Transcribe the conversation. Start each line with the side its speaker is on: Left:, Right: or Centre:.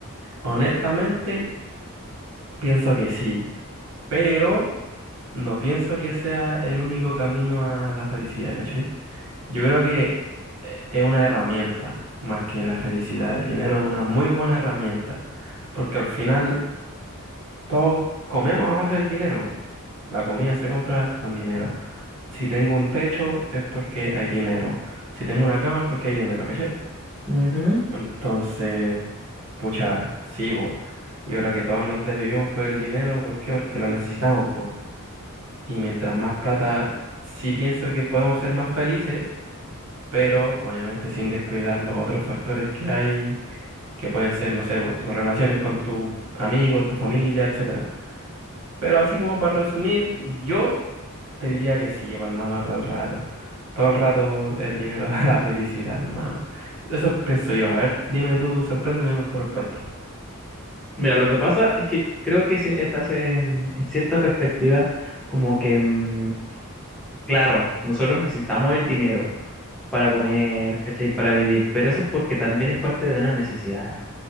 Right: honestamente, pienso que sí, pero no pienso que sea el único camino a la felicidad, ¿cachai? Yo creo que eh, es una herramienta más que la felicidad. El dinero es una muy buena herramienta, porque al final Todos comemos a base del dinero. La comida se compra con dinero. Si tengo un techo es porque hay dinero. Si tengo una cama es porque hay dinero, ¿cachai?
Centre: Ujú.
Right: Entonces, pucha, sí, bo. Yo creo que todos nos desvivimos por el dinero. ¿Por qué? Porque lo necesitamos, po. Y mientras más plata, sí pienso que podemos ser más felices, pero obviamente sin descuidar los otros factores que hay, que pueden ser, no sé, po, tus relaciones con tus amigos, tu familia, etcétera. Pero así como para resumir, yo Te diría que sí, hermano, todo el rato. Todo el rato el dinero <laughs> da la felicidad, hermano. Eso pienso yo. A ver, dime tú, sorpréndeme con tu respuesta.
Centre: Mira, lo que pasa es que creo que si estás en, en cierta perspectiva, como que, mm, claro, nosotros necesitamos el dinero para comer, ¿cachai? Para vivir, pero eso es porque también es parte de una necesidad,